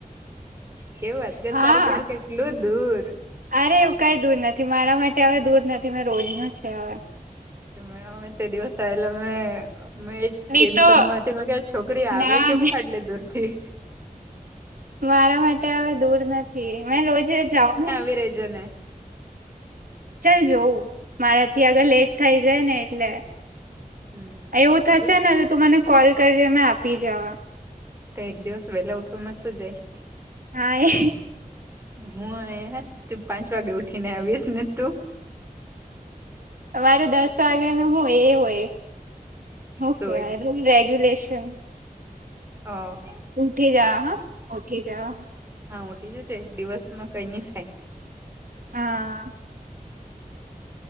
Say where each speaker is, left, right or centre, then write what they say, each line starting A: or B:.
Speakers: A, on the right; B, on the right.
A: કેવી વાત કરું
B: હા
A: તારું ઘર કેટલું દૂર.
B: અરે એ કંઈ દૂર નથી મારા માટે હવે દૂર નથી મેં રોજ નું છે, હવે
A: રે અમે તે દિવસ એલા મે મેજ, ટેન્શન
B: નહી તો
A: માં તે ક છોકરી આવે
B: ના
A: કેમ કાઢી લે દૂર થી
B: મારા માટે હવે દૂર નથી મે રોજ જાઉં ને
A: પેરેજોને
B: ચાલ જોવું મારા થી આગળ લેટ થઈ જાય ને એટલે,
A: હમ
B: એવું થશે ને તો તું મને કોલ કરજે મે આપી જવા,
A: તો એક દિવસ વેલા ઉઠવાવામાંમાં શું જાય,
B: હા એ
A: હું પાંચ વાગે ઉઠીને આવીશ મિનિટ તું
B: તમારે દસ વાગ્યા નું હું એ હોય, હું
A: જોઈ
B: કેવાય રૂમ રેગ્યુલેશન
A: હા.
B: ઉઠી જા હા ઉઠી જા,
A: હા ઉઠી જશે એક દિવસમાં કંઈ નહીં થાય,
B: હા